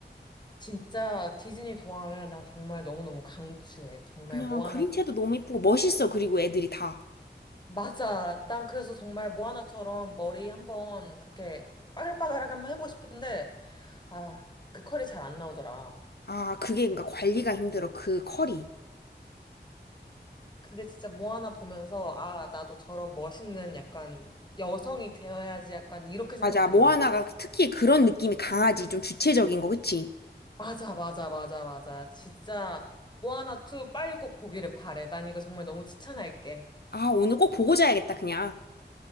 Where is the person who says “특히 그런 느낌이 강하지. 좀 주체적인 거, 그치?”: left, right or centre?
Left